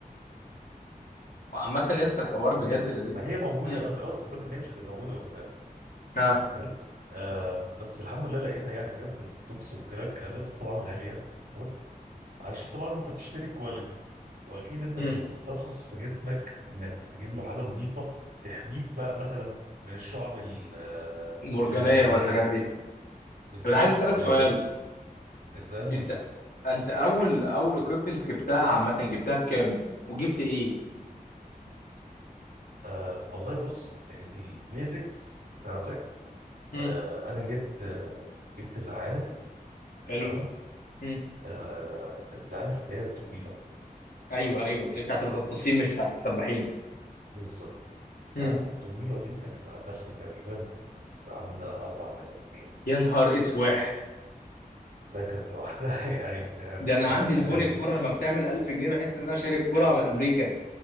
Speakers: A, on the left (about 75°); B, on the right (about 80°).
A: عامة لسه الحوار
B: اثنين
A: بجد لذيذ
B: فهي موجودة
A: مم.
B: أنا في الأول افتكرت إن هي مش هتبقى موجودة وبتاع
A: ها
B: فاهم آه بس الحمد لله لقيتها يعني فاهم في الستوكس وكده الكلام ده بس طبعا غالية موت علشان طبعا انت بتشتري كواليتي واكيد انت
A: مم.
B: مش هتسترخص في جسمك انك تجيب له حاجه نظيفه تحميك بقى مثلا من الشعب ال- آه،
A: مرجانية
B: المرجانيه
A: والحاجات دي
B: بالظبط
A: طب انا عايز اسألك
B: ايوه
A: سؤال
B: اسالني
A: انت انت اول اول equipment جبتها عامة جبتها بكام؟ وجبت ايه؟
B: آه والله بص البيزكس بتاعتك
A: مم.
B: آه انا جبت آه جبت زعانف تمام
A: حلو مم.
B: آه الزعانف اللي هي الطويله
A: ايوه
B: تمام.
A: ايوه اللي بتاعت الغطاسين مش بتاعت السباحين
B: بالظبط الزعانف
A: مم.
B: الطويله دي كانت داخله تقريبا عامله 4000 جنيه
A: يا نهار اسواح
B: ده كانت لوحدها <laughs> يعني سعر
A: ده انا
B: فاهم
A: عندي الفولي
B: قتل
A: الكرة لما بتعمل 1000 جنيه بحس ان انا شاري الكرة من امريكا